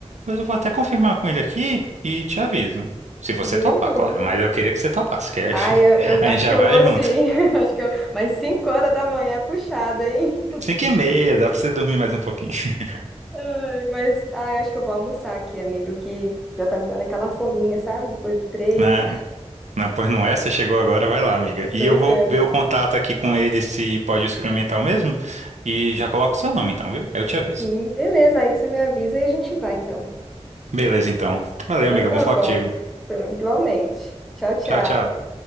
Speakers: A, on the right (about 80°); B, in the centre.
A: Mas eu vou até confirmar com ele aqui e te aviso. Se você
B: Beleza.
A: topar, claro. Mas eu queria que você topasse, que aí
B: Ai,
A: <laughs>
B: eu, eu
A: a
B: acho
A: gente já
B: que eu
A: vai
B: vou
A: junto.
B: sim. <laughs> Acho que eu... Mas 5 horas da manhã é puxado, hein?
A: Cinco e meia, dá pra você dormir mais um pouquinho. <laughs>
B: Ai, mas ai, acho que eu vou almoçar aqui, amigo, que já tá me dando aquela fominha, sabe? Depois do treino.
A: Né? Não, pois não é, você chegou agora, vai lá, amiga. E
B: Pois
A: eu vou
B: é.
A: ver o contato aqui com ele se pode experimentar o mesmo. E já coloco o seu nome então, viu? Aí Eu te aviso.
B: Sim, beleza. Aí você me avisa e a gente vai, então.
A: Beleza, então. Valeu,
B: Então
A: amiga.
B: tá
A: Bom falar
B: bom.
A: contigo.
B: Igualmente. Tchau, tchau.
A: Tchau, tchau.